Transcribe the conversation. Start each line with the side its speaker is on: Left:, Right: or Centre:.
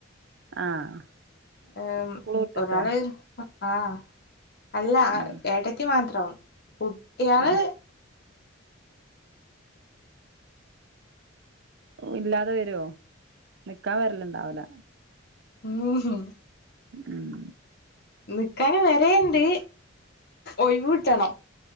Right: ആഹ്
Left: ഏ ഉം
Right: സ്കൂള് വിട്ടിട്ടോ
Left: ഒരാള് ആഹ് അല്ല
Right: ഉം
Left: ഏട്ടത്തി മാത്രം കുട്ട്യാള്
Right: ആഹ് ഇല്ലാതെ വരുഓ നിക്കാൻ വരൽണ്ടാവൂല
Left: ഉം ഹ്
Right: ഉം
Left: നിക്കാനും വരേണ്ട് ഒഴിവ്ട്ടണം